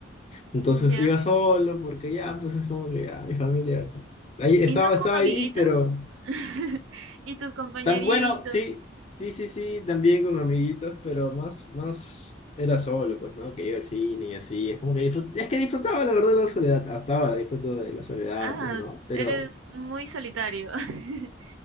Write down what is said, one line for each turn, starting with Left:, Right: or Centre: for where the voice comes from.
Left: Entonces
Right: Ya.
Left: iba solo porque ya, pues es como que ya, mi familia... Ahí, estaba,
Right: ¿Y no con
Left: estaba
Right: amiguitos?
Left: ahí, pero...
Right: <laughs> ¿Y tus compañeritos?
Left: Tan bueno, sí, sí, sí, sí, también con amiguitos, pero más, más era solo, pues, ¿no? Que iba al cine y así. Es como que disfrut- es que disfrutaba, la verdad, la soledad. Hasta ahora disfruto de la soledad,
Right: Ah,
Left: pues, ¿no? Pero,
Right: eres muy solitario. <laughs>